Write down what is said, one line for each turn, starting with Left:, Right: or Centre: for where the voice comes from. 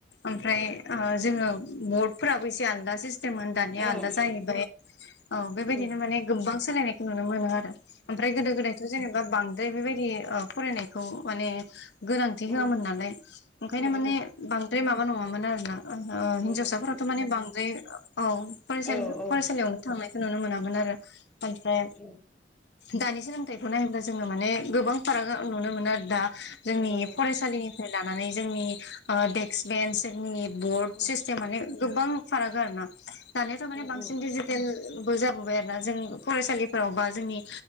Left: ओमफ्राय जोंङो बर्डफोराबो एसे आलदा सि स्मोन दानिया
Centre: औ
Left: आलादा
Centre: उम
Left: जाहैबाय औ
Centre: उम
Left: बेबायदिनो माने गोबां सोलायनायखौ नुनो मोनो आरो। ओमफ्राय गोदो गोदाय जेनेबा बांद्राय बेबायदि फरायनायखौ माने गोनांथि
Centre: ओ ओं
Left: होआमोन
Centre: उम
Left: नालाय ओंखायनो
Centre: उम
Left: माने
Centre: उम नंगौ
Left: बांद्राय माबा नंङामोन आरोना हिनजावसाफोराथ'
Centre: नंगौ उम
Left: माने बांद्राय औसा
Centre: औ औ
Left: फरायसालियावनो थांनायखौ नुनो मोनोन आरो ओमफ्राय
Centre: उम
Left: दानि सोल फिथाइखौ नायोब्ला जोंङो माने गोबां फाराग नुनो मोनो आरो दा जोंनि
Centre: नंगौ नंगौ
Left: फरायसालिनि लानानै जोंनि ओ देक्स बेन्स जोंनि बर्ड
Centre: उम
Left: सिस्तेम माने गोबां फाराग आरो ना दानियाथ'
Centre: उम
Left: माने बांसिन
Centre: उम
Left: दिजि टेल बो जाबोबाय आरो ना जों फरायसालिफोराव बा जोंनि